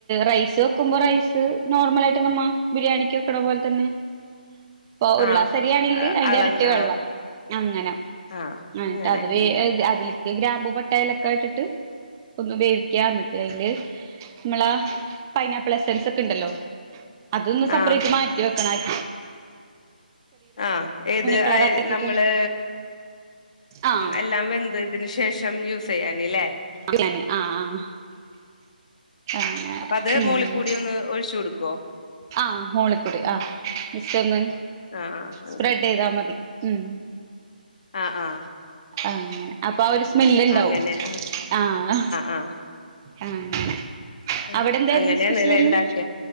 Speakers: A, on the right (about 25°); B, on the left (about 45°).
A: റൈസ് വെക്കുമ്പോ റൈസ് നോർമലായിട്ട് നമ്മ ബിരിയാണിക്ക് വെക്കണ പോലെ തന്നെ ഇപ്പ ഒരു
B: ആഹ്
A: ഗ്ലാസ്സ് അരിയാണെങ്കില് അതിന്റെ
B: അള
A: എരട്ടി വെള്ളം
B: ആഹ്
A: അങ്ങനെ
B: ആഹ്
A: എന്നിട്ട്
B: അങ്ങനെ
A: അത് വേ
B: ഉം
A: അതിലേക്ക് ഗ്രാമ്പൂ പട്ട ഏലക്ക ഇട്ടിട്ട് ഒന്ന് വേവിക്ക്‌വാ എന്നിട്ട് അയില്- നമ്മളാ പൈനാപ്പിൾ എസൻസ് ഒക്കെ ഇണ്ടല്ലോ അതൊന്ന് സപ്പറേറ്റ്
B: ആഹ്
A: മാറ്റി വെക്കണ ആയി
B: ആഹ് ഏത്
A: കളർ
B: ആഹ്
A: ആക്കിട്ട്
B: നമ്മള്
A: ആഹ്
B: എല്ലാം വെന്ത് അതിന് ശേഷം യൂസ് ചെയ്യാനി അല്ലേ
A: അങ്ങനെ ആഹ് ആഹ്
B: അപ്പൊ അത് മോളി
A: അങ്ങനെ
B: കൂടി
A: ഉം
B: ഒന്ന് ഒഴിച്ചു കൊടുക്കോ
A: ആഹ് മോളിക്കുടി ആഹ് മിസ് ഒന്ന്
B: ആഹ് ആഹ് അങ്ങനെ
A: സ്പ്രെഡ് ചെയ്താ മതി ഉം
B: ആഹ് ആഹ്
A: അങ്ങനെ അപ്പൊ ആഹ് ഒരു സ്മെല് ഉണ്ടാവും
B: അങ്ങനെ ആഹ്
A: ആഹ്
B: അങ്ങനെ ആഹ് ആഹ് ആഹ്
A: ആ അങ്ങനെ
B: ആഹ്
A: അവിടെ എന്തായിരുന്നു
B: അങ്ങനയാണ്
A: സ്പെഷ്യൽ
B: അല്ലെ
A: ഇന്ന്
B: ഇണ്ടാക്ക